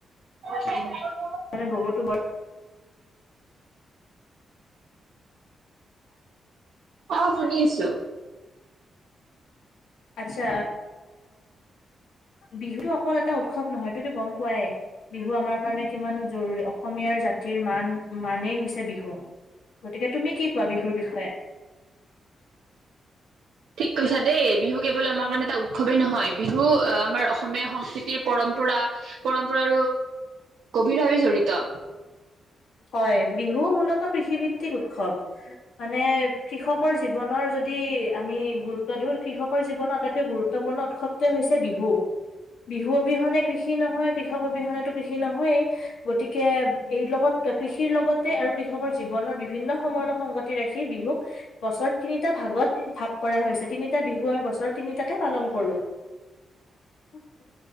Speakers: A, on the right (about 85°); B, on the left (about 80°).
A: উ <unintelligible>
B: কাৰণে বহুতো বৰ
A: অ শুনিছো
B: আচ্ছা বিহু অকল এটা উৎসৱ নহয় ততো গম পোৱাই বিহু আমাৰ কাৰণে কিমান জৰুৰী অসমীয়াৰ জাতিৰ মান মানেই হৈছে বিহু। গতিকে তুমি কি কোৱা বিহুৰ বিষয়ে
A: ঠিক কৈছা দেই বিহু কেৱল আমাৰ কাৰণে এটা উৎসৱেই নহয় বিহু আহ আমাৰ অসমীয়া সংস্কৃতিৰ পৰম্পৰা পৰম্পৰা গভীৰ ভাৱে জড়িত
B: হয় বিহু মূলত কৃষিভিত্তিক উৎসৱ মানে। কৃষকৰ জীৱনৰ যদি আমি গুৰুত্ব দিওঁ কৃষকৰ জীৱনৰ আটাইতকৈ গুৰুত্বপূৰ্ণ উৎসৱটোৱে হৈছে বিহু। বিহু অবিহনে কৃষি নহয় কৃষক অবিহনেতো। কৃষি নহয়েই গতিকে এই লগত কৃষিৰ লগতে আৰু কৃষকৰ জীৱনৰ বিভিন্ন সময়ো সংগতি ৰাখি বিহুক বছৰ তিনিটা ভাগত। ভাগ কৰা হৈছে তিনিটা বিহু আমি বস তিনিটা। পালন কৰো। উ <inaudible>